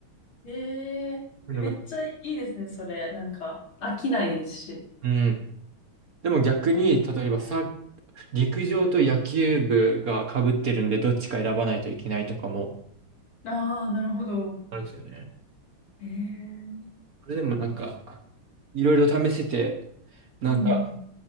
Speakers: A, on the left; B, on the right.
A: へえー、
B: そういうのが
A: めっちゃいいですね、それ。なんか、飽きないですし。
B: うん。でも逆に、例えばさ、陸上と野球部が被ってるんで、どっちか選ばないといけないとかも
A: ああ、なるほど。
B: あるんですよね。
A: へえ
B: それでもなんか、いろいろ試せて、なんか、
A: うん。